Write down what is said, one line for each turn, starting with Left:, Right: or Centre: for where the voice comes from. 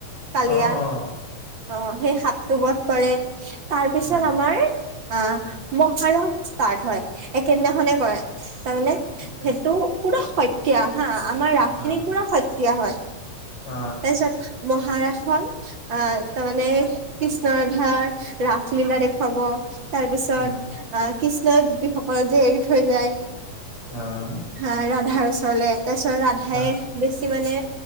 Right: কালিয়া
Left: অ অ
Right: অ', সেই সাপ টো বধ কৰে তাৰপিছত
Left: উম
Right: আমাৰ অ', মহাৰণ ষ্টাৰ্ট হয় একেইদিনাখনে কৰে তাৰমানে সেইটো
Left: আচ্ছা
Right: পুৰা শকীয়া হা আমাৰ ৰাস
Left: অ
Right: খিনি পুৰা শক্ দিয়া হয়
Left: অ
Right: তাৰপিছত মহাৰাষণ অ', তাৰমানে কৃষ্ণৰাধাৰ ৰাসলীলা দেখুৱাব। তাৰ পিছত
Left: উম
Right: আহ কৃষ্ণই গোপীসকলত যে এৰি থৈ যায়।
Left: অ'।
Right: হা ৰাধাৰ ওচৰলে তাৰপিছত ৰাধাই
Left: অ
Right: বেছ মানে